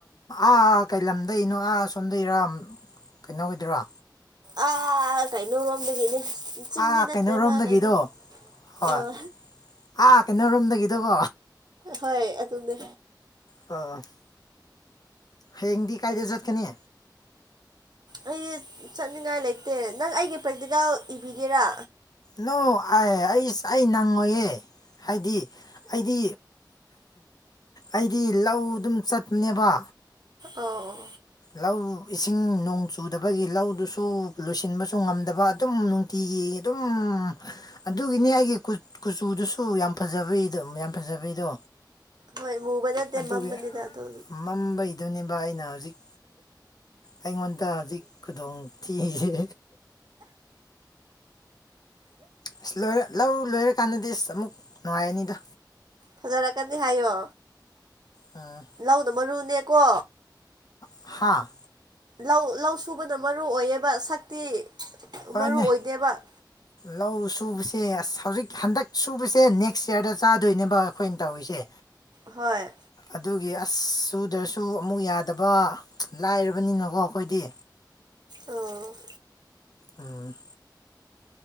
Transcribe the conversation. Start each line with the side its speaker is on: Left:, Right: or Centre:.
Left: ꯑꯥ ꯀꯩ ꯂꯝꯗꯩꯅꯣ ꯑꯥ ꯁꯣꯝꯗꯔꯥ ꯀꯩꯅꯣꯒꯤꯗꯔꯥ
Right: ꯑꯥ ꯀꯩꯅꯣꯔꯣꯝꯗꯒꯤꯅꯦ ꯆꯤꯡꯗꯤ
Left: ꯑꯥ
Right: ꯅꯠꯇ꯭ꯔꯦ
Left: ꯀꯩꯅꯣꯔꯣꯝꯗꯒꯤꯗꯣ
Right: ꯃꯥ ꯂꯩꯕꯗꯣ
Left: ꯍꯣꯏ
Right: ꯑꯣ
Left: ꯑꯥ ꯀꯩꯅꯣꯔꯣꯝꯗꯒꯤꯗꯣꯀꯣ
Right: ꯍꯣꯏ ꯑꯗꯨꯅꯦ
Left: ꯑ ꯍꯌꯦꯡꯗꯤ ꯀꯥꯏꯗ ꯆꯠꯀꯅꯤ
Right: ꯑꯩ ꯆꯠꯅꯤꯡꯉꯥꯏ ꯂꯩꯇꯦ ꯅꯪ ꯑꯩꯒꯤ ꯄ꯭ꯔꯦꯛꯇꯤꯀꯦꯜ ꯏꯕꯤꯒꯦꯔꯥ
Left: ꯅꯣ ꯑꯩ ꯑꯩ ꯑꯩ ꯅꯪꯉꯣꯏꯌꯦ ꯍꯥꯏꯗꯤ ꯑꯩꯗꯤ ꯑꯩꯗꯤ ꯂꯧ ꯑꯗꯨꯝ ꯆꯠꯄꯅꯦꯕ
Right: ꯑꯣ ꯑꯣ
Left: ꯂꯧ ꯏꯁꯤꯡ ꯅꯣꯡ ꯆꯨꯗꯕꯒꯤ ꯂꯧꯗꯨꯁꯨ ꯂꯣꯏꯁꯤꯟꯕꯁꯨ ꯉꯝꯗꯕ ꯑꯗꯨꯝ ꯅꯨꯡ ꯅꯨꯡꯇꯤꯒꯤ ꯑꯗꯨꯝ ꯑꯗꯨꯒꯤꯅꯦ ꯑꯩꯒꯤ ꯀꯨꯠ ꯀꯨꯆꯨꯗꯨꯁꯨ ꯌꯥꯝ ꯐꯖꯕꯩꯗꯨ ꯌꯥꯝ ꯐꯖꯕꯩꯗꯣ
Right: ꯍꯣꯏ ꯃꯨꯕ ꯅꯠꯇꯦ
Left: ꯑꯗꯨꯒꯤ
Right: ꯃꯝꯕꯅꯤꯗ ꯑꯗꯨ
Left: ꯃꯝꯕꯩꯗꯨꯅꯦꯕ ꯑꯩꯅ ꯍꯧꯖꯤꯛ ꯑꯩꯉꯣꯟꯗ ꯍꯧꯖꯤꯛ ꯈꯨꯗꯣꯡꯊꯤꯔꯤꯁꯦ ꯑꯁ ꯂꯣꯏꯔ ꯂꯧꯔ ꯂꯣꯏꯔꯀꯥꯟꯗꯗꯤ ꯑꯁ ꯑꯃꯨꯛ ꯅꯨꯡꯉꯥꯏꯔꯅꯤꯗ
Right: ꯐꯖꯔꯛꯀꯅꯤ ꯍꯥꯏꯌꯣ
Left: ꯑꯥ
Right: ꯂꯧꯅ ꯃꯔꯨꯅꯦꯀꯣ
Left: ꯍꯥꯥ
Right: ꯂꯧ ꯂꯧ ꯁꯨꯕꯅ ꯃꯔꯨ ꯑꯣꯏꯌꯦꯕ ꯁꯛꯇꯤ
Left: ꯍꯣꯏꯅꯦ
Right: ꯃꯔꯨ ꯑꯣꯏꯗꯦꯕ
Left: ꯂꯧ ꯁꯨꯕꯁꯦ ꯑꯁ ꯍꯧꯖꯤꯛ ꯍꯟꯗꯛ ꯁꯨꯕꯁꯦ ꯅꯦꯛꯁ ꯏꯌꯔꯗ ꯆꯥꯗꯣꯏꯅꯦꯕ ꯑꯩꯈꯣꯏꯅ ꯇꯧꯔꯤꯁꯦ
Right: ꯍꯣꯏ
Left: ꯑꯗꯨꯒꯤ ꯑꯁ ꯁꯨꯗ꯭ꯔꯁꯨ ꯑꯃꯨꯛ ꯌꯥꯗꯕ ꯂꯥꯏꯔꯕꯅꯤꯅꯀꯣ ꯑꯩꯈꯣꯏꯗꯤ
Right: ꯑꯣ
Left: ꯎꯝ